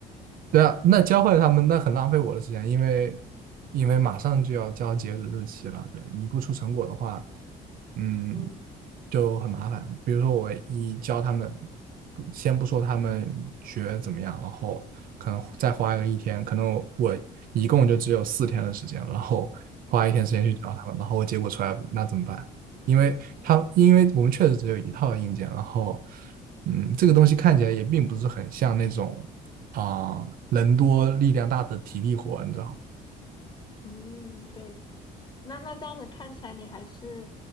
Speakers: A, on the right (about 60°); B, on the left (about 25°).
A: 对啊，那教会他们那很浪费我的时间，因为因为马上就要交截止日期了，对，你不出成果的话，嗯，
B: 嗯
A: 就很麻烦。比如说我一教他们，不先不说他们学怎么样，然后可能再花个一天，可能我一共就只有四天的时间，然后花一天时间去教他们，
B: 嗯
A: 然后我结果出来那怎么办？因为他因为我们确实只有一套硬件，然后嗯，这个东西看起来也并不是很像那种。啊、人多力量大的体力活，你知道吗？
B: 嗯，对。那那这样子看起来，你还是